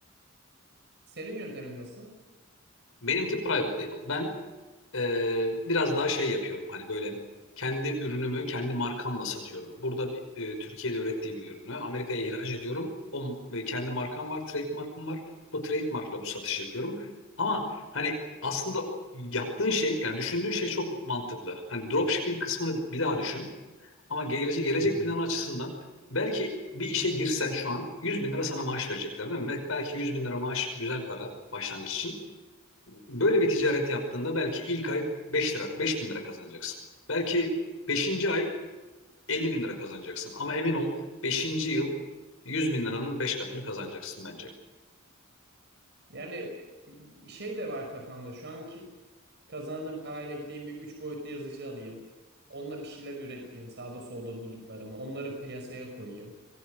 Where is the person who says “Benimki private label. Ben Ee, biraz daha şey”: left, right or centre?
Left